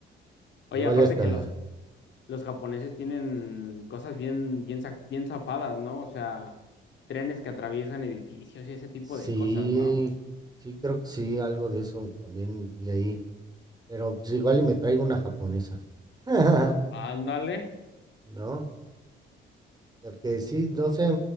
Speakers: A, on the left; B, on the right.
A: Oye,
B: Igual
A: aparte
B: y hasta,
A: que los, los japoneses tienen cosas bien, bien, za- bien zafadas, ¿no? O sea, trenes que atraviesan edificios y ese tipo
B: sí,
A: de cosas, ¿no?
B: sí, creo que sí, algo de eso también leí. Pero pues igual y me traigo una japonesa. <laughs>
A: Ándale,
B: ¿No? Porque sí, no sé,